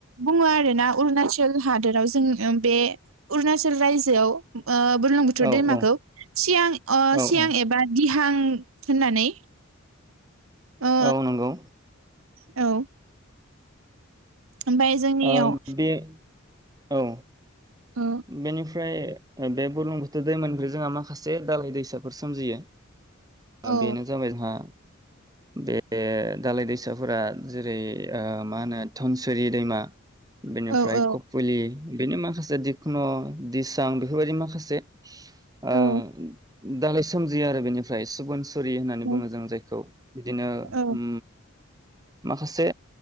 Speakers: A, on the right; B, on the right.
A: बुङो आरोना अरुणाचल हादोराव जोङो ओं बे अरुणचल रायजोआव ओ बुरलुंबुथुर
B: औ
A: दैमाखौ
B: औ
A: सियां अ
B: औ
A: सियां
B: औ
A: एबा दि बां होननानै ओ
B: औ नंगौ
A: औ ओमफ्राय जोंनियाव
B: ओ बे औ
A: औ
B: बेनि फ्राय बे बुरलुंबुथुर दैमानिफ्राय जोंहा माखासे दालाय दैसाफोर सोमजियो। ओ
A: औ
B: बेनो जाबाय मा बे दालाय दैसाफोरा जेरै ओ मा होनो धनसुरि दैमा बेनिफ्राय
A: औ औ
B: कपुलि बेनि माखासे दि ख्न, दिसां बेफोरबायदि माखासे ओ
A: औ
B: दालाय सोमजियो आरो बेनिफ्राय सुबुन सुरि होननानै
A: औ
B: बुङो जों जायखौ, बिदिनो
A: औ
B: उम माखासे